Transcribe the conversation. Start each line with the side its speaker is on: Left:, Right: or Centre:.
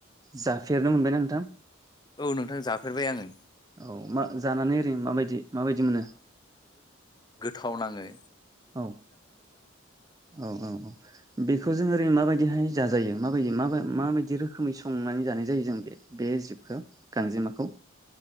Right: जाफेरनो मोनबायना नोंथां?
Left: औ नोंथां जाफेरबाय आङो।
Right: औ मा जानानै ओरैनो माबायदि माबायदि मोनो?
Left: थावनाङो
Right: औ औ औ औ बेखौ जों ओरै माबाय दिहाय जाजायो माबायदि मा-माबायदि रोखोमै संनानै जानाय जायो जों बे-बे जिबखौ गांजेमाखौ